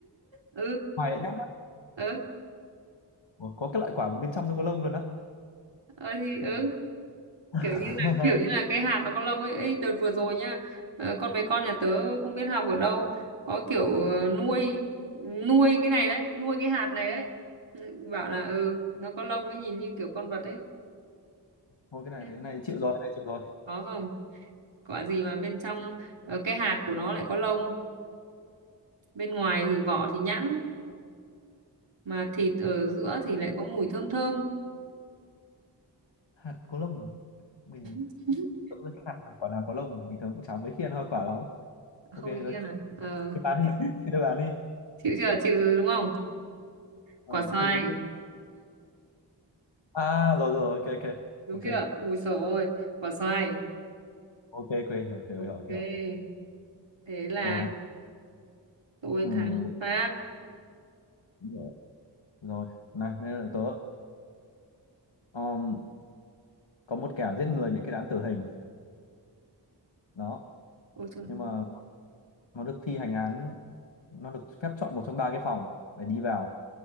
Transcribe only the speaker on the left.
ngoài lại nhá
Ủa, có cái loại quả mà bên trong nó có lông luôn á
ừ.
<laughs>
thôi cái này
cái này chịu rồi cái này chịu rồi
hạt có lông à mình
chưa tưởng ra cái hạt là quả nào có lông bình thường cũng chả mấy khi ăn hoa quả lắm
ok rồi
chị bán đi <laughs> chị đưa bán đi
ờ,
chị, chị, chị. à rồi rồi ok ok
ok
ok ok hiểu hiểu
hiểu hiểu
rồi này
Ừm,
hiểu. rồi này bây giờ là tớ Ờm, có một kẻ giết người bị kết án tử hình đó
nhưng mà nó được thi hành án nó được phép chọn một trong ba cái phòng để đi vào